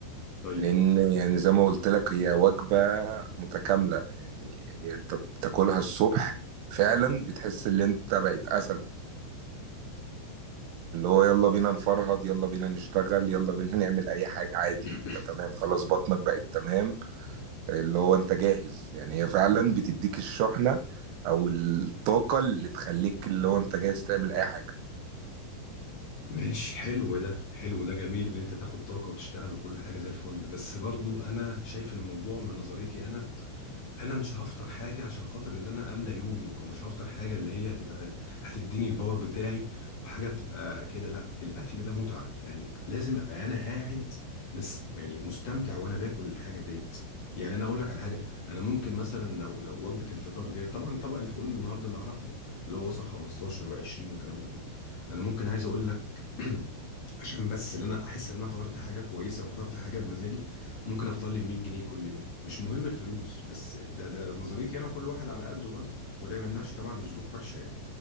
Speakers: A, on the left; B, on the right.
A: طيب
B: لان يعني زي ما قلت لك هي وجبة متكاملة يعني هي انت بتاكلها الصبح فعلا بتحس ان انت بقيت اسد اللي هو يلا بينا نفرهد يلا بينا نشتغل يلا بينا نعمل اي حاجة عادي
A: <clears throat>
B: انت تمام
A: <coughs>
B: خلاص بطنك بقت تمام اللي هو انت جاهز يعني هي فعلا بتديك الشحنة او الطاقة اللي تخليك اللي هو انت جاهز تعمل اي حاجة
A: ماشي حلو ده حلو ده جميل ان انت تاخد طاقة وتشتغل وكل حاجة زي الفل بس برضو انا شايف الموضوع من نظريتي انا اللي انا مش هفطر حاجه عشان خاطر اللي انا املى يومي او مش هفطر حاجه اللي هي هتبقى هتديني الباور بتاعي وحاجه بتبقى كده لا الاكل ده متعه يعني لازم ابقى انا قاعد مس يعني مستمتع وانا باكل الحاجه ديت يعني انا اقول لك على حاجه انا ممكن مثلا لو لو وجبه الفطار ديت طبعا طبق الفول النهارده اللي اعرفه اللي هو وصل 15 و20 والكلام ده كله انا ممكن عايز اقول لك <clears throat> عشان بس ان انا احس ان انا فطرت حاجه كويسه وفطرت حاجه بمزاجي ممكن افطر لي 100 جنيه كل يوم مش مهم الفلوس بس ده ده نظريتي انا كل واحد على قده بس وده ما يمنعش طبعا الظروف وحشه يعني